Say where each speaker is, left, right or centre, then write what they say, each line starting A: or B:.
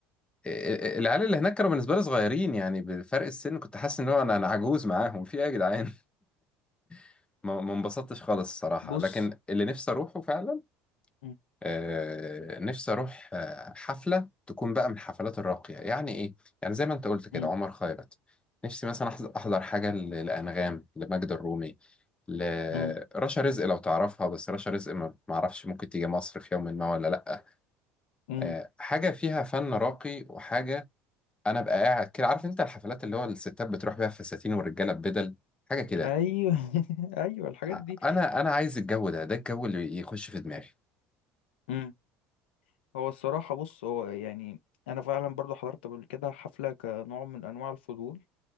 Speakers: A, on the left; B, on the left.
A: ال- ال- العيال اللي هناك كانوا بالنسبه لي صغيرين يعني بفرق السن كنت حاسس ان هو انا انا عجوز معاهم في ايه يا جدعان <laughs> ما ما انبسطتش خالص الصراحه
B: بص
A: لكن اللي نفسي اروحه فعلا
B: مم.
A: آه، نفسي اروح آه، حفله تكون بقى من الحفلات الراقيه يعني ايه يعني زي ما انت قلت كده
B: مم.
A: عمر خيرت نفسي مثلا أحز- احضر حاجه ل- لانغام لماجدة الرومي لرشا
B: مم.
A: رزق لو تعرفها بس رشا رزق ما ما اعرفش ممكن تيجي مصر في يوم ما ولا لا
B: مم.
A: آه، حاجه فيها فن راقي وحاجه انا بقى قاعد كده عارف انت الحفلات اللي هو الستات بتروح بيها فساتين والرجاله ببدل حاجه كده
B: ايوه <laughs> ايوه الحاجات
A: ع-
B: دي
A: انا انا عايز الجو ده ده الجو اللي يخش في دماغي
B: مم. هو الصراحه بص هو يعني انا فعلا برضو حضرت قبل كده حفله كنوع من انواع الفضول